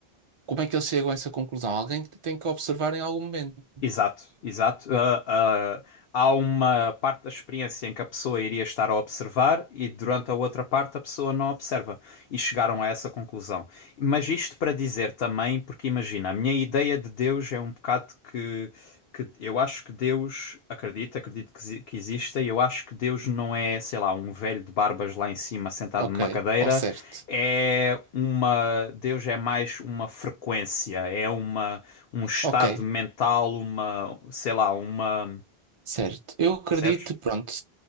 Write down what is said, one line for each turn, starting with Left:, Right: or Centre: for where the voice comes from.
Right: Como é que eles chegam a essa conclusão? Alguém tem que observar em algum momento.
Left: Exato, exato. Ah, ah, há uma parte da experiência em que a pessoa iria estar a observar e durante a outra parte a pessoa não observa. E chegaram a essa conclusão. Mas isto para dizer também, porque imagina, a minha ideia de Deus é um bocado que, que eu acho que Deus, acredito, acredito que, exi- que exista, e eu acho que Deus não é, sei lá, um velho de barbas lá em cima sentado
Right: Ok,
Left: numa cadeira.
Right: ou certo.
Left: É uma. Deus é mais uma frequência, é uma um estado
Right: Ok,
Left: mental, uma, sei lá, uma,
Right: certo. Eu acredito,
Left: percebes?
Right: pronto,